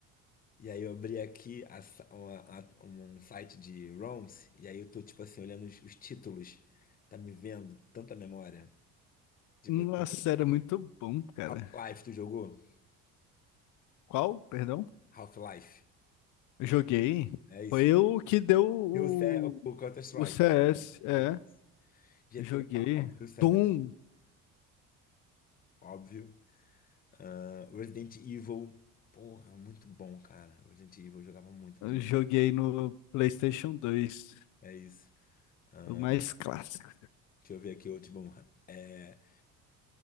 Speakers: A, on the left (about 25°); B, on the left (about 65°).
A: E aí eu abri aqui a sa- uma- a- um site de ROMs, e aí eu tô, tipo assim, olhando os, os títulos. Tá me vendo tanta memória. Tipo
B: Nossa,
A: assim,
B: era muito bom, cara.
A: Half-Life, tu jogou?
B: Qual? Perdão?
A: Half-Life.
B: Eu Joguei.
A: É isso.
B: Foi o que deu o,
A: Eu sei o Counter-Strike.
B: o CS. É,
A: É isso. GTA,
B: joguei.
A: óbvio, San
B: Doom.
A: óbvio. Ah, Resident Evil. Porra, muito bom, cara. Resident Evil, eu jogava muito.
B: Eu
A: Resident...
B: Joguei no PlayStation dois
A: É isso. Ah,
B: O mais clássico.
A: deixa eu ver aqui outro bom. é,